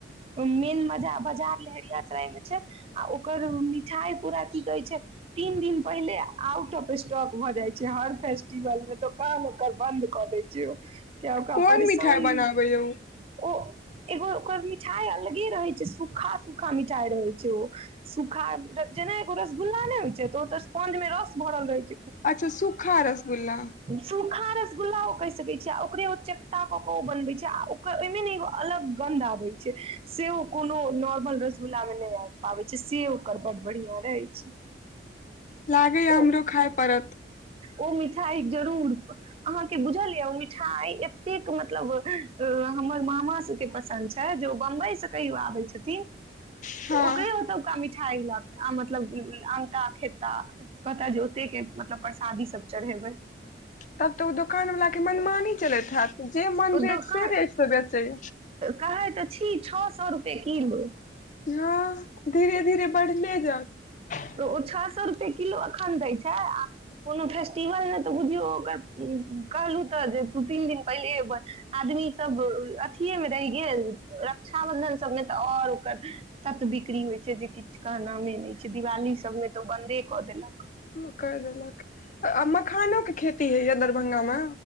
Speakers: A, on the right; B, on the left.
A: मेन बजा बजार लहेरियासराय में छै आ ओकर मिठाइ पूरा की कहे छै तीन दिन पहिले आउट ऑफ स्टॉक भऽ जाय छै। जे हर फेस्टिवल मे दोकान ओकर बंद। <unintelligible> किया ओकरा
B: कोन
A: परेशान
B: मिठाइ बनाबै यौ
A: ओऽ। <unintelligible> एगो ओकर मिठाइ अलगे रहै छै सूखा -सूखा मिठाइ रहे छै ओ सूखा जेना एगो रसगुल्ला ने होइ छै तऽ ओ स्पंज में रस भरल रहै छै। <inaudible>
B: अच्छा सूखा रसगुल्ला
A: सूखा रसगुल्ला। कहि सकै छी। <unintelligible> ओकरे ओ चपटा कऽ के ओ बनवै छै आ ओकर ओइमे न एगो अलग गंध आबे छै सेओ कोनो नॉर्मल रसगुल्ला मे नै आबि पाबै छै। <unintelligible> से ओकर बड़ बढ़िया रहै छै। <unintelligible>
B: लागै यऽ
A: ओ
B: हमरौ खाइ पड़त।
A: ओ। <unintelligible> सा जर उड़त। <unintelligible> अहाँके बुझल यऽ ओ मिठाई। <unintelligible> एतेक मतलब हमर मामा सबके पसन्द छै जे बम्बई से कहियो आबै छथि। तऽ
B: हँ
A: <unintelligible> ओकरे ओतबका मिठाइ गेलत। आ मतलब आनता खेता कहता जे ओते के। <unintelligible> मतलब परसादी सब चढ़ेबै। <unintelligible>
B: तब तऽ ओ दोकानवलाके मनमानी चलैत हैत जे मन
A: ओ
B: रेट
A: दोकान
B: से रेटसँ बेचैए।
A: कहै तऽ छी छओ सए रुपए किलो।
B: हँ धीरे- धीरे बढ़ले जात।
A: तऽ ओ छओ सए रुपए किलो एखन दै छै। कोनो फेस्टिवल नहि तऽ बुझियौ ओकर कहलहुँ तऽ जे दू तीन दिन पहिले आदमीसभ अथिएमे रहि गेल रक्षाबन्धन सभमे तऽ आओर ओकर तत्व बिक्री होइत छै जे किछु कहनाामे नहि छै दिवाली सभमे तऽ ओ बन्दे कऽ देलक।
B: <unintelligible> आ मखानो के खेती होइया दरभंगा मे